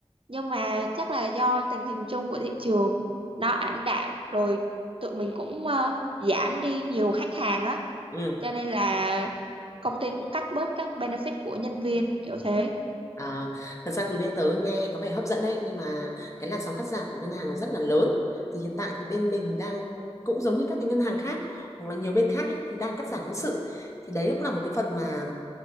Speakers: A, on the right; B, on the left.
A: Nhưng mà chắc là do tình hình chung của thị trường nó ảm đạm rồi tụi mình cũng ờ, giảm đi nhiều khách hàng á,
B: ừ
A: cho nên là công ty cũng cắt bớt các benefit của nhân viên kiểu thế.
B: À, thật ra thì bên tớ nghe có vẻ hấp dẫn đấy nhưng mà cái làn sóng cắt giảm của ngân hàng là rất là lớn thì hiện tại thì bên mình thì đang cũng giống như các cái ngân hàng khác hoặc là nhiều bên khác ấy, thì đang cắt giảm nhân sự thì đấy cũng là một cái phần mà